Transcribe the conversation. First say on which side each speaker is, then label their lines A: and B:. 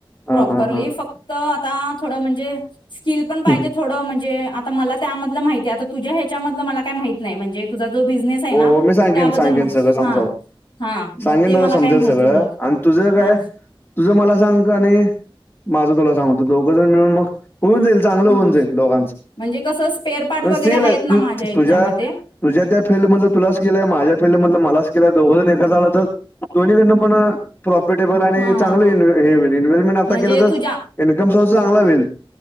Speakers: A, on the left; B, on the left.
A: प्रोपरली
B: हां, हां, हां.
A: फक्त आता पाम थोडं म्हणजे स्किल पण पाहिजे
B: हो,
A: थोडं म्हणजे मला त्यामधलं माहिती हाय आता तुझ्या ह्याच्यामधलं मला काय माहित नाही म्हणजे तुझा जो बिझनेस आहे
B: हो
A: ना
B: मी सांगेन,
A: त्याबद्दल
B: सांगेन
A: म-
B: सगळं समजावून
A: हा हा
B: सांगेन
A: मग ते
B: नव
A: मला
B: समजेल
A: काही माहिती
B: सगळं
A: नाही
B: आणि तुझं काय?
A: हा
B: तुझ मला सांग का आणि माझं तुला सांगतो दोघं जण मिळून मग होऊन जाईल चांगलं होऊन
A: ह
B: जाईल दोघांच
A: म्हणजे कसं स्पेअर पार्ट वगैरे
B: सिल
A: आहेत
B: आहे. तु
A: ना माझ्या ह्याच्यामध्ये
B: तुझ्या तुझ्या त्या फील्ड मधे तुला हाय स्किल हाय. माझ्या फील्ड मधलं स्किल हाय दोघ जण एक झालं तर दोन्हीकडनं पण प्रॉफिटेबल आणि
A: हा
B: चांगलं
A: ह हां
B: इन्वे हे होईल इन्व्हेस्टमेंट आता
A: म्हणजे
B: केलं तर
A: तुझ्या
B: इन्कम सोर्स चांगला होईल